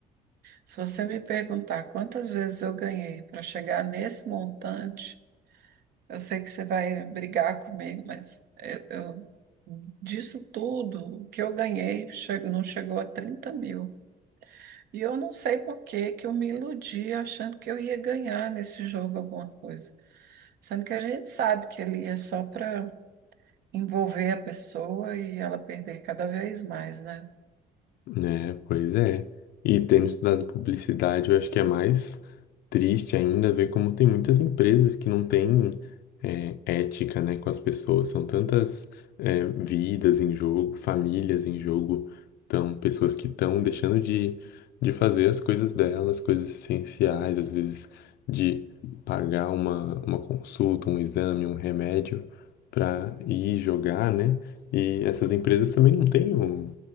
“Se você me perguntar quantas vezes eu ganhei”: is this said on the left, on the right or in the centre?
Right